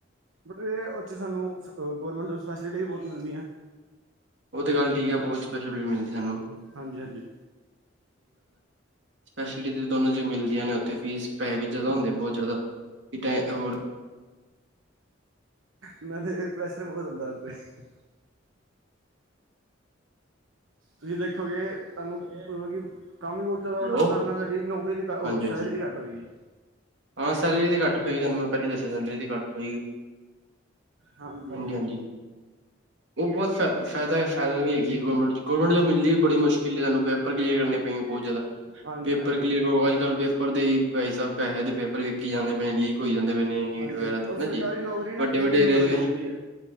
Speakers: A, on the right; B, on the right.
A: ਬਟ ਇਹਦੇ ਉਥ ਸਾਨੂੰ ਗੌਰਮੈਂਟ ਜੋਬ ਫੈਸਿਲਿਟੀ ਵੀ ਬਹੁਤ ਮਿਲਦੀਆਂ।
B: ਉਹ ਤਾਂ ਗੱਲ ਠੀਕ ਹੈ ਬਹੁਤ ਸਪੈਸ਼ਲਿਟੀ ਮਿਲਦੀ ਸਾਨੂੰ
A: ਹਾਂਜੀ ਹਾਂਜੀ।
B: ਫੈਸਿਲਿਟੀ ਦੋਨੋ ਜ ਮਿਲਦੀਆਂ ਨੇ ਓ ਤੇ ਫੀਸ ਪੈਹੇ ਵੀ ਜ਼ਿਆਦਾ ਹੁੰਦੇ, ਬਹੁਤ ਜ਼ਿਆਦਾ। ਇਥੇ ਹੋਰ
A: ਮੈਂ ਤੇ, ਇਹ ਪ੍ਰੇਸ਼ਰ ਬਹੁਤ ਹੁੰਦਾ ਏਦੇ ਤੇ। ਤੁਸੀਂ ਦੇਖੋਗੇ, ਤੁਹਾਨੂੰ ਕੰਮ ਵੀ ਬਹੁਤ ਜ਼ਿਆਦਾ
B: ਹੈਲੋ
A: ਹੋਟਲ ਦਾ ਇਨ੍ਹਾਂ ਦਾ, ਠੀਕ, ਨੌਕਰੀ ਵੀ ਓ
B: ਹਾਂਜੀ ਹਾਂਜੀ
A: ਸੈਲਰੀ ਵੀ ਘੱਟ ਹੋਏਗੀ।
B: ਹਾਂ। ਸੈਲਰੀ ਤੇ ਘੱਟ ਹਏਗੀ, ਤੁਹਾਨੂੰ ਮੈਂ ਪਹਿਲੀ ਦੱਸਿਆ, ਸੈਲਰੀ ਤੇ ਘੱਟ ਹਏਗੀ।
A: ਹਾਂਜੀ
B: ਹਾਂਜੀ-ਹਾਂਜੀ, ਉਹ ਬਹੁਤ ਸ ਫਾਇਦਾ, ਫਾਇਦਾ ਵੀ ਗੌਰਮੈਂਟ, ਗੌਰਮੈਂਟ ਜੋਬ ਮਿਲਦੀ ਵੀ ਬੜੀ ਮੁਸ਼ਕਿਲ ਹੈ ਤੁਹਾਨੂੰ, ਪੇਪਰ ਕਲੀਅਰ ਕਰਨੇ ਏਂ ਬਹੁਤ ਜਿਆਦਾ।
A: ਹਾਂਜੀ
B: ਪੇਪਰ
A: ਹਾਂਜੀ
B: ਕਲੀਅਰ ਕਰੋ, ਅੱਜ ਕੱਲ ਪੇਪਰ ਦੇ ਹੀ ਭਾਈ ਸਾਬ ਪੈਸੇ ਤੇ ਪੇਪਰ ਵਿੱਕੀ ਜਾਂਦੇ ਪਏ ਨੇ ਜੀ, ਲੀਕ ਹੋਈ ਜਾਂਦੇ ਪਏ ਨੇ, ਨੀਟ
A: ਹਾਂਜੀ
B: ਵਗੈਰਾ
A: ਹਾਂਜੀ
B: ਦੇ
A: ਬਟ
B: ਹੈਨਾ
A: ਸਰਕਾਰੀ
B: ਜੀ,
A: ਨੌਕਰੀ ਨਾ
B: ਵੱਡੇ
A: ਕਿਸੇ
B: ਵੱਡੇ
A: ਕਿਸਮਤ
B: ਰੇਲਵੇ।
A: ਨਾਲ ਮਿਲਦੀ ਹੈ